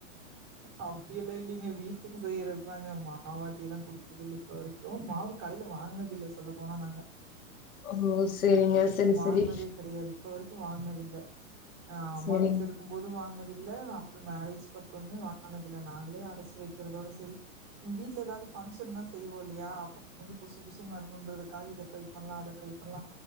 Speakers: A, on the right (about 35°); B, on the left (about 85°).
A: அப்டி எல்லா இல்லைங்க வீட்டுக்கு செய்யறது தாங்க மாவாட்டில்லா குடுத்தது இல்ல இப்ப வரைக்கு மாவு கடைல வாங்குனது இல்ல சொல்ல போனா நாங்க
B: ஓ செரிங்க செரி
A: வாங்குனதே
B: செரி
A: கெடையாது இப்ப வரைக்கு வாங்குனது இல்ல அம்மா
B: சரிங்க.
A: வீட்ல இருக்கு போது வாங்கினதில்ல மேரேஜ்க் அப்பறமே வாங்னதில்ல நாங்களே அரச்சு வைக்கிறதோட செரி வீட்ல எதாவது பங்க்ஷன்னா செய்வோ இல்லயா அப்ப வந்து புசு புசுனு வரனுன்றதுக்காக இத ட்ரை பண்லா அத ட்ரை பண்லா